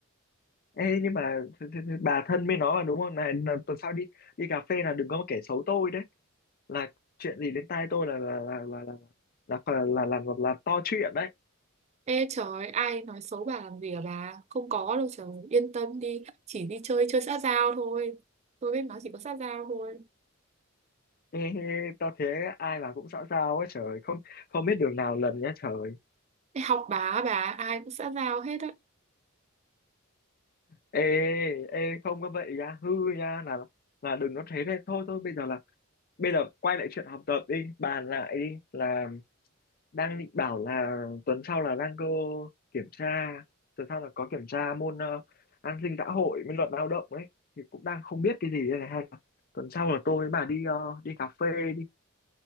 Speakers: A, on the left; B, on the right.
A: Ê, nhưng mà th- th- th- bà thân với nó mà đúng không này là tuần sau đi đi cà phê là đừng có mà kể xấu tôi đấy là chuyện gì đến tai tôi là là là là là là là là, là, là, là to chuyện đấy
B: Ê trời ai nói xấu bà làm gì à bà Không có đâu trời yên tâm đi Chỉ đi chơi chơi xã giao thôi Tôi với nó chỉ có xã giao thôi
A: Ê, ê, tao thế ai mà cũng xã giao ấy trời không không biết đường nào lần nhá trời
B: Ê, học bà á, bà ai cũng xã giao hết á
A: ê ê không có vậy nha hư nha là là đừng có thế nên thôi thôi bây giờ là bây giờ quay lại chuyện học tập đi bàn lại đi là đang định bảo là tuần sau là đang cơ kiểm tra tuần sau là có kiểm tra môn ờ, an sinh xã hội với luật lao động ấy thì cũng đang không biết cái gì đây này hay là tuần sau là tôi với bà đi ờ, đi cà phê đi